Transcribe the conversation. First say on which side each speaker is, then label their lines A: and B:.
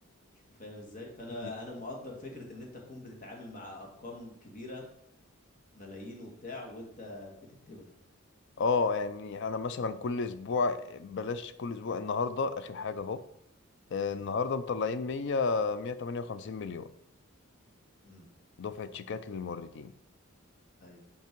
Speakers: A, on the left (about 40°); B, on the left (about 60°).
A: فاهم ازاي فانا
B: مم.
A: انا مقدر فكره ان انت تكون بتتعامل مع ارقام كبيره ملايين وبتاع وانت بتكتبها
B: اه يعني انا مثلا كل اسبوع بلاش كل اسبوع النهارده اخر حاجة اهو آه، النهارده
A: امم
B: مطلعين 100 158 مليون
A: امم
B: دفعة شيكات للموردين
A: ايوه